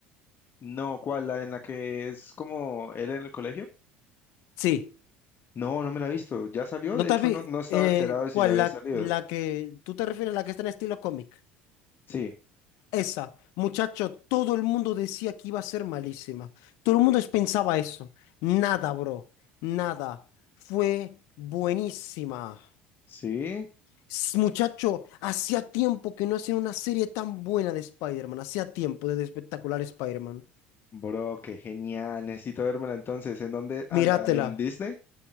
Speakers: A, on the left; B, on the left.
A: No, ¿cuál? ¿La en la que es como él en el colegio?
B: Sí.
A: No, no me la he visto. ¿Ya salió?
B: ¿No
A: De
B: te
A: hecho,
B: vi?
A: no, no estaba
B: Eh,
A: enterado de si
B: ¿cuál?
A: ya había
B: La,
A: salido.
B: la que, ¿tú te refieres a la que está en estilo cómic?
A: Sí,
B: Esa, muchacho, todo el mundo decía que iba a ser malísima. Todo el mundo pensaba eso. Nada, bro, nada. Fue buenísima.
A: sí.
B: S- Muchacho, hacía tiempo que no hacía una serie tan buena de Spider-Man. Hacía tiempo desde espectacular Spider-Man.
A: Bro, qué genial. Necesito vérmela entonces. ¿En dónde anda?
B: Míratela.
A: ¿En Disney?